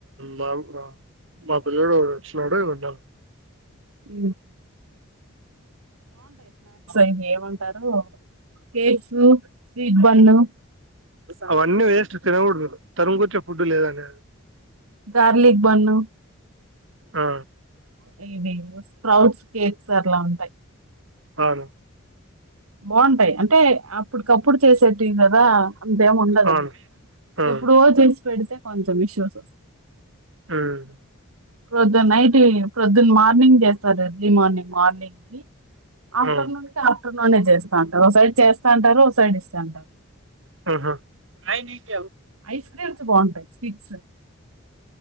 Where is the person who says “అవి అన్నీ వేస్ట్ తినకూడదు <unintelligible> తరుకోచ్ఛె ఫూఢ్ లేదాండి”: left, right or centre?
Right